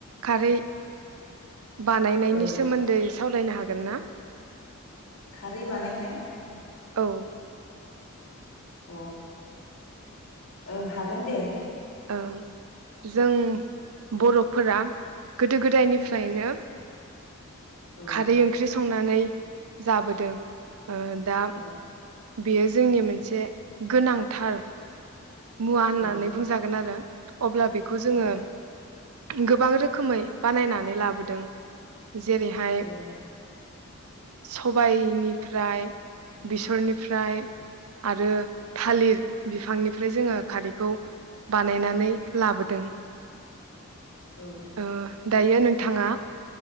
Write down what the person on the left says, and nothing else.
औ
खारै बानायनाय।
अ ओं हागोन दे।
औ ओं
औ
ओं
ओं
औ
औ